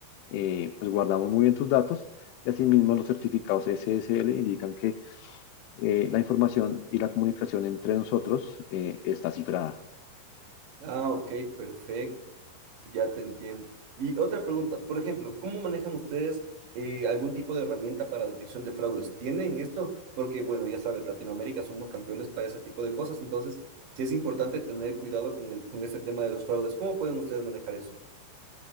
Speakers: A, on the left; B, on the right.
A: eh, pues guardamos muy bien tus datos y asimismo los certificados SSL indican que eh, la información y la comunicación entre nosotros eh, está cifrada.
B: Ah, ok, perfecto. Ya te entiendo. Y otra pregunta, por ejemplo, ¿cómo manejan ustedes eh, algún tipo de herramienta para detección de fraudes? ¿Tienen esto? Porque, bueno, ya sabes, Latinoamérica somos campeones para ese tipo de cosas, entonces sí es importante tener cuidado con el, con ese tema de los fraudes. ¿Cómo pueden ustedes manejar eso?